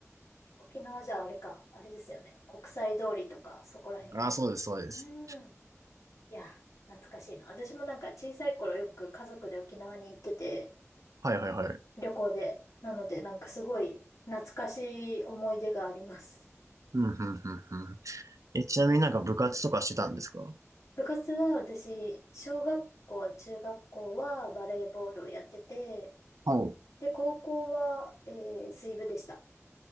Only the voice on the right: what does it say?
ああ、そうです、そうです。
はいはいはい。
うん、うん、うん、うん。
え、ちなみになんか部活とかしてたんですか
はい。